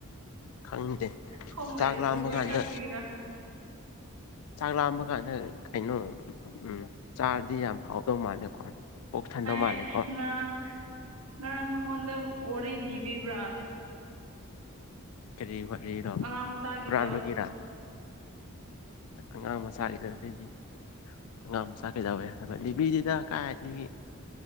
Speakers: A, on the left; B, on the right.
A: ꯈꯪꯗꯦ
B: ꯈꯣꯡꯂꯩꯗꯕ
A: ꯆꯥꯛ ꯂꯥꯝꯕ
B: ꯈꯣꯏ
A: ꯀꯥꯟꯗ
B: ꯈꯛꯇꯒꯤꯔꯥ
A: ꯆꯥꯛ ꯂꯥꯝꯕ ꯀꯥꯟꯗ ꯀꯩꯅꯣ ꯎꯝ ꯆꯥꯔꯗꯤ ꯌꯥꯝ ꯍꯥꯎꯗꯧ ꯃꯥꯜꯂꯦꯀꯣ ꯄꯣꯛ ꯊꯟꯗꯧ
B: ꯑꯩ
A: ꯃꯥꯜꯂꯦꯀꯣ
B: ꯉꯔꯥꯡ ꯉꯔꯥꯡ ꯅꯉꯣꯟꯗ ꯋꯥꯔꯤ ꯂꯤꯕꯤꯕ꯭ꯔꯥ
A: ꯀꯔꯤ ꯋꯥꯔꯤꯅꯣ
B: ꯑꯉꯥꯡ ꯃꯆꯥꯒꯤꯗꯣ
A: ꯍꯨꯔꯥꯟꯕꯒꯤꯔꯥ ꯑꯉꯥꯡ ꯃꯆꯥꯒꯤꯗꯣꯂꯤꯕꯤ ꯑꯉꯥꯡ ꯃꯆꯥ ꯀꯩꯗꯧꯋꯦ ꯍꯥꯏꯕ ꯂꯤꯕꯤꯗꯦꯗꯥ ꯀꯥꯏꯗꯒꯤ